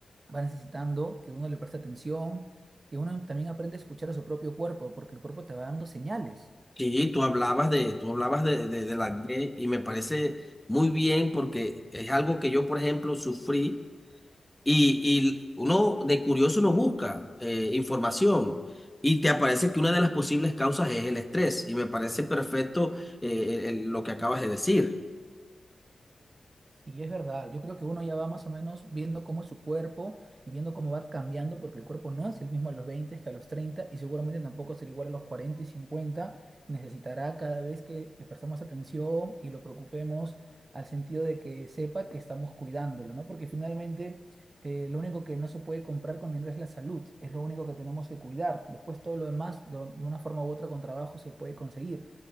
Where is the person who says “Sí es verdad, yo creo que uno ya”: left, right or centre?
Right